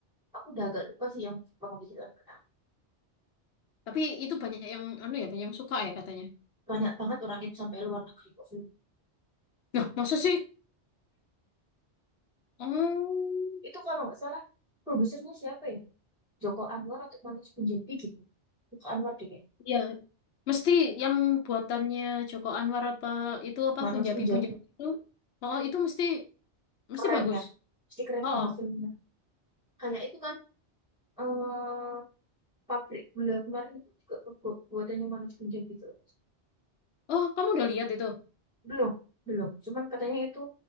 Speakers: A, in the centre; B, on the left.
A: aku udah agak lupa sih yang penghabisatan pertama.
B: Tapi itu banyak yang anu ya, banyak yang suka ya katanya.
A: Banyak banget orang itu sampai luar negeri kok film.
B: Nah, masa sih? Oh,
A: Itu kalau nggak salah, produsernya siapa ya? Joko Anwar atau Manoj Punjabi gitu. Joko Anwar deh kayaknya.
B: ya mesti yang buatannya Joko Anwar apa itu apa
A: Manoj
B: Punjabi-Punjabi
A: Punjabi
B: itu? Oh, itu mesti mesti
A: keren
B: bagus.
A: kan? Pasti keren
B: Oh,
A: banget
B: oh,
A: filmnya. Kayak itu kan eh pabrik gula kemarin itu juga pembuatannya Manoj Punjabi tuh.
B: oh, kamu udah lihat itu?
A: Belum, belum. Cuman katanya itu